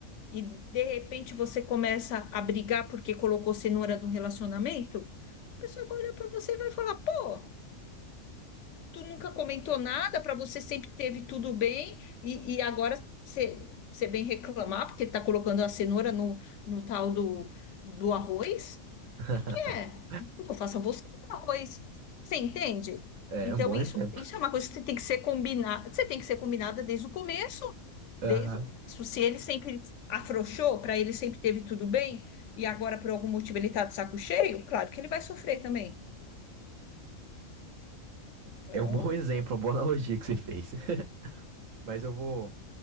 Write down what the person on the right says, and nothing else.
<laughs>
É
um bom
exemplo.
Aham.
É um bom exemplo, uma boa analogia que você fez. <laughs> Mas eu vou,